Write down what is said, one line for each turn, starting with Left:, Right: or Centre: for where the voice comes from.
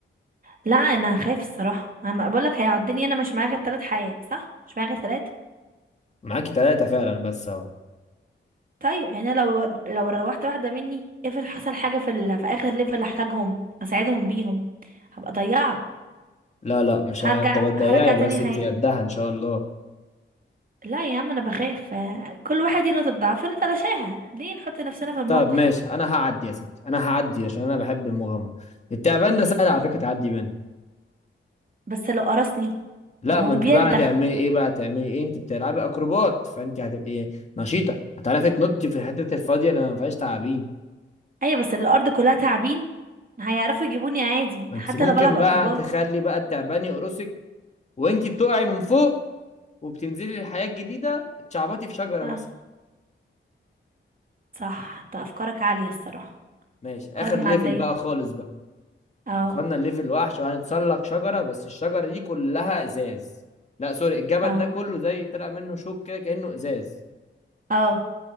Right: لا انا هخاف الصراحه انا بقول لك هيعدني انا مش معايا غير ثلاث حياه صح مش معايا غير ثلاثه
Left: معاكي تلاتة فعلا بس اهو
Right: طيب يعني أنا لو لو روحت واحده مني افرض حصل حاجه في ال... في اخر ليفل احتاجهم اساعدهم بيهم هبقى ضيعت
Left: لا لا مش
Right: هرجع
Left: هتضيعي
Right: هرجع تاني
Left: بس انت
Right: حياه
Left: قدها ان شاء الله
Right: لا يا عم انا بخاف آه، كل واحد ليه نقطة ضعف نتلاشاها ليه نحط نفسنا في الموقف
Left: طب ماشي انا هعدي يا ستي انا هعدي عشان انا بحب المغامره التعبان
Right: ما-
Left: ده سهل على فكره تعدي منه
Right: بس لو قرصني
Left: لا
Right: ما هو
Left: ما انت
Right: بيلدغ
Left: بقى هتعملي ايه بقى هتعملي ايه انت بتلعبي اكروبات فانت هتبقي نشيطه هتعرفي تنطي في الحته الفاضيه اللي ما فيهاش تعابين
Right: ايوه بس الارض كلها تعابين هيعرفوا يجيبوني عادي
Left: ما
Right: حتى
Left: انت ممكن
Right: لو بلعب اكروبات
Left: بقى تخلي بقى التعبان يقرصك وانت بتقعي من فوق وبتنزلي للحياه الجديده تشعبطي في شجره
Right: اه
Left: مثلا
Right: صح انت افكارك عالية الصراحة
Left: ماشي اخر
Right: افكارك معدية
Left: ليفل بقى خالص بقى
Right: اه
Left: وصلنا لليفل وحش وهنتسلق شجرة بس الشجرة دي كلها ازاز لا سوري الجبل
Right: اه
Left: ده كله زي طلع منه شوك كده كأنه ازاز
Right: اه